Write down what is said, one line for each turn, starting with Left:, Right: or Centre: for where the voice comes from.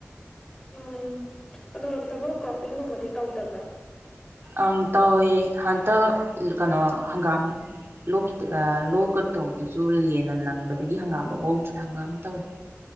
Left: ꯎꯝ ꯑꯗꯣ ꯗꯕꯜ ꯀ꯭ꯔꯣꯞꯄꯤꯡꯒꯨꯝꯕꯗꯤ ꯇꯧꯗꯕ꯭ꯔꯥ
Right: ꯑꯪ ꯇꯧꯋꯦ ꯍꯟꯇꯛ ꯀꯩꯅꯣ ꯍꯪꯒꯥꯝ ꯂꯣꯈꯤ ꯑꯥ ꯂꯣꯛꯀꯗꯧꯕꯗꯨꯖꯨ ꯂꯦꯟꯅ ꯅꯪꯕꯗꯒꯤ ꯍꯪꯒꯥꯝ ꯂꯣꯛꯍꯧꯗ꯭ꯔꯦ ꯍꯪꯒꯥꯝ ꯇꯧꯋꯦ